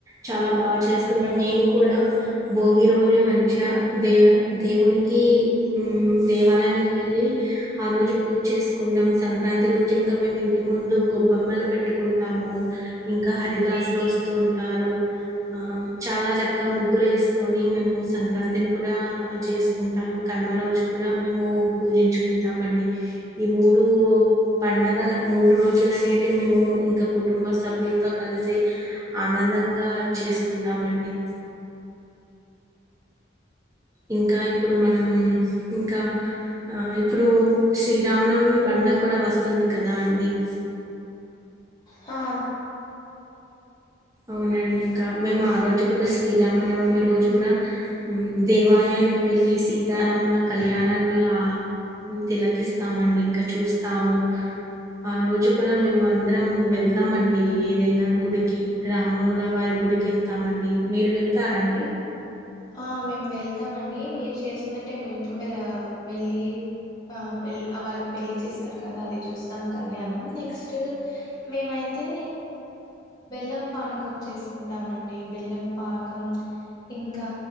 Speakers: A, on the right (about 15°); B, on the left (about 20°).
A: చాలా బా చేసుకుంటం మేము కూడా భోగి రోజు మంచిఅ దే దేవునికి ఇ ఉం దేవాలయానికి వెళ్ళి ఆ రోజు పూజ్ చేసుకుంటం సంక్రాంతి రోజు ఇంకా మేమ్ ఇంటి ముందు గొబ్బెమ్మలు పెట్టుకున్ టాము ఇంకా హరిదాసులు ఒస్తూ ఉంటారు ఆం చాలా చక్క ముగ్గులు ఏ స్కొని మేము సంక్రాంతిని కూడా చేసుకుంటాము కన్మ రోజు కూడా మేము పూజించు కుంటామండి ఈ మూడు పండగల మూడు రోజులు అనేటివి మేము ఇంకా కుటుంబ సభ్యుల్తో కలిసి ఆనందంగా చేసుకుంటామండి ఇంకా ఇప్పుడు మనం ఇంకా ఆ ఇప్పుడు శ్రీరామనవమి పండ క్కూడా వస్తుంది కదా అండి <inaudible>
B: ఆ
A: అవునండి ఇంకా మేము ఆ రోజు కూడా శ్రీరామనవమి రోజు కూడా దేవాలయం నికి వెళ్ళి సీతారాముల కళ్యాణాన్ని ఆ తిలకిస్తామండి ఇంకా చూస్తాము ఆ రోజు కూడా మేము అందరం వెళ్తామండి ఏదైనా గుడికి రామూల వారి గుడికి వెళ్తామండి మీరు వెళ్తారా అండి
B: ఆ మేము వెళ్తామండి మీరు చేసినట్టే మేము కూడా వెళ్ళి ఆ వాళ్ళకి పెళ్ళి చేస్తారు కదా అది చూస్తాం కళ్యాణం నెక్స్ట్ మేమైతే బెల్లం పానకం చేసుకుంటామండి బెల్లం పానకం ఇంకా ఇంకా